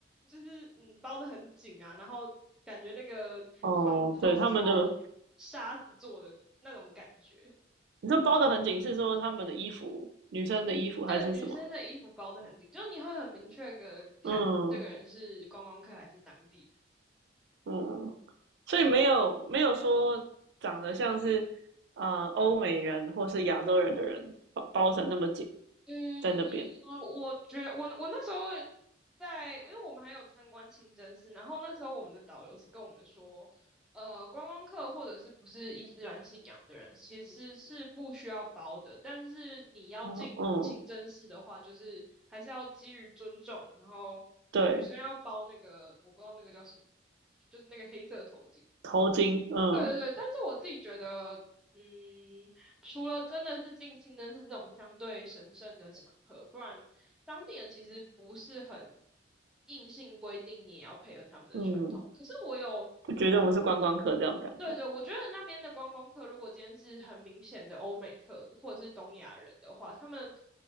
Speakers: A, in the centre; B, on the right.
A: 就是嗯包的很紧啊，然后感觉那个房子都是什么
B: 哦，对，他们的，
A: 沙子做的那种感觉。
B: 你这包的很紧，是说他们的衣服，女生的衣服还是什么？
A: 对，女生的衣服包的很紧，就你会很明确的看这个人是观光客还是当地人。
B: 嗯嗯，所以没有没有说长得像是啊欧美人或是亚洲人的人包包成那么紧
A: 嗯，
B: 在那边。
A: 我觉我我那时候在，因为我们还有参观清真寺，然后那时候我们的导游是跟我们说，呃，观光客或者是不是伊斯兰信仰的人，其实是不需要包的，但是你要进清真寺的话，
B: 哦嗯。
A: 就是还是要基于尊重，然后女生要包那个，
B: 对，
A: 我不知道那个叫什么，就是那个黑色头巾，
B: 头巾，嗯
A: 对对对，但是我自己觉得，嗯，除了真的是近亲灯是这种相对神圣的场合，不然当地人其实不是很硬性规定你也要配合他们的传统。
B: 嗯，
A: 可是我有，
B: 就觉得我们是观光客这样的感觉，
A: 对对，我觉得那边的观光客，如果今天是很明显的欧美客或者是东亚人的话，他们